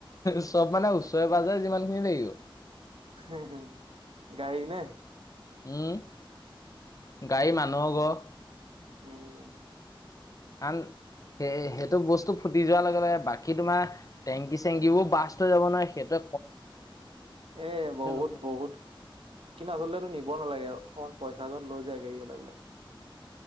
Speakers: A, on the left; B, on the right.
A: চব মানে ওচৰে পাজৰে যিমান খিনি লাগিব।
B: হে হে হে গাড়ী নে?
A: উম, গাড়ী মানুহৰ ঘৰ।
B: উম।
A: আন সেই সেইটো বস্তু ফুটি যোৱাৰ লগে লগে বাকী তোমাৰ টেংকি চেংকীবোৰ ব্লাস্ত হৈ যাব নহয়। সেইটো
B: এ বহুত
A: ওপৰি
B: বহুত, কিন্তু আচলতে নিব নালাগে আৰু অকমান পইচা যত লৈ যায় গাড়ীও লাগিলে।